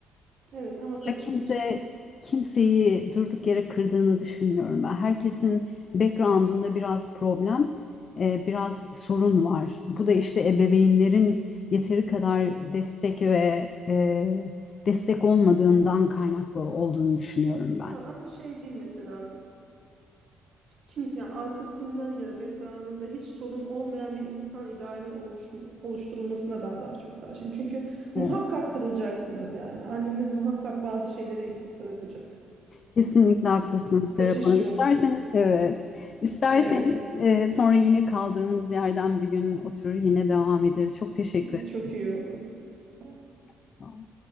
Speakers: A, on the right; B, on the left.
A: Evet ama tabii
B: Ya Kimse
A: ki işte bu
B: kimseyi durduk yere kırdığını düşünmüyorum ben. Herkesin background'unda biraz problem, e, biraz sorun var. Bu da işte ebeveynlerin yeteri kadar destek ve e, destek olmadığından kaynaklı olduğunu düşünüyorum ben.
A: ya ama şey değil mesela Kim ya arkasında ya da background'ında hiç sorun olmayan bir insan ideali oluş, oluşturulmasına ben daha çok karşıyım. Çünkü
B: Evet.
A: muhakkak kırılacaksınız yani. Anneniz muhakkak bazı şeyleri eksik bırakacak.
B: Kesinlikle haklısınız
A: Kaçış
B: Serap Hanım.
A: yok.
B: İsterseniz evet, isterseniz
A: Evet,
B: e, sonra yine kaldığımız yerden bir gün oturur yine devam ederiz. Çok teşekkür
A: Evet,
B: ederim.
A: çok iyi olur. Sağ
B: Sağ olun.